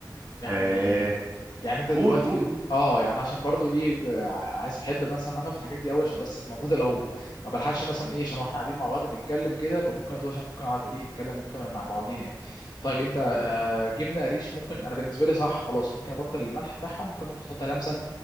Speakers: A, on the left (about 60°); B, on the right (about 20°).
A: يعني
B: آه...
A: يعني انت دلوقتي
B: قول قول
A: بن...
B: قول.
A: اه يعني عشان برضو ايه آه، عايز بحب مثلا افهم في الحاجات دي قوي عشان بس الموضوع ده لو ما بلحقش مثلا ايه عشان واحنا قاعدين مع بعض نتكلم كده يبقى ممكن اتوه عشان ممكن اقعد ايه اتكلم انت مع بعضين يعني طيب انت آه جبنه قريش ممكن انا بالنسبه لي صح خلاص ممكن ابطل الملح بتاعها ممكن احط عليها مثلا